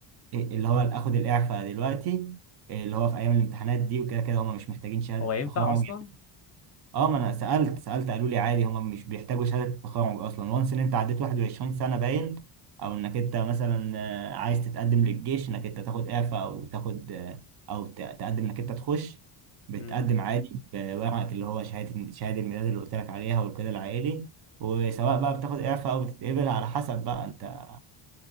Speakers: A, on the right; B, on the left.
A: إيه اللي هو اخد الاعفاء دلوقتي إيه اللي هو في ايام الامتحانات دي وكده كده هم مش محتاجين شهاده
B: هو ينفع
A: تخرج
B: اصلا
A: اه ما انا سالت سالت قالوا لي عادي هم مش بيحتاجوا شهاده التخرج اصلا وانس ان انت عديت 21 سنه باين او انك انت مثلا آه، عايز تتقدم للجيش انك انت تاخد اعفاء او تاخد آه، او ت- تقدم انك انت تخش بتقدم
B: امم
A: عادي بورقك اللي هو شهاده شهاده الميلاد اللي قلت لك عليها والكده العائلي وسواء بقى بتاخد اعفاء او بتتقبل على حسب بقى انت